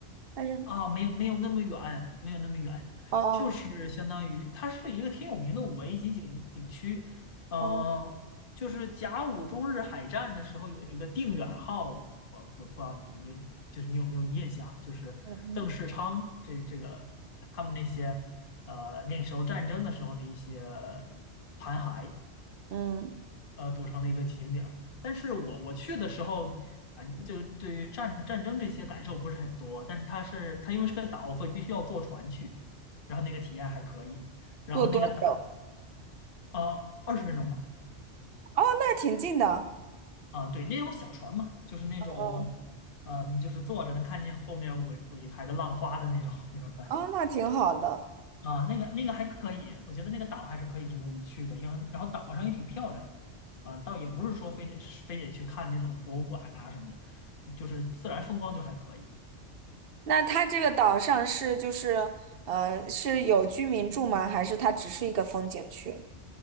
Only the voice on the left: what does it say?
啊，没有没有那么远，没有那么远，
就是相当于它是一个挺有名的五 A 级景景区，呃，
就是甲午中日海战的时候有一个定远号，我不不知道你你就是你有没有印象啊，就是邓世昌这这
他们那些呃那个时候战争的时候的一些残骸，
呃组成的一个景点儿。但是我我去的时候，啊，就对于战战争这些感受不是很多，但是它是它因为是个岛，所以必须要坐船去，然后那个体验还可以。然后那个岛，
啊二十分钟吧，
啊，对，那种小船嘛，就是那种，
呃，你就是坐着能看见后面尾尾排的浪花的那种那种船。
啊，那个那个还可以，我觉得那个岛还是可以值得一去的，因为然后岛上也挺漂亮啊，倒也不是说非得非得去看那种博物馆啊什么的，就是自然风光就还可以。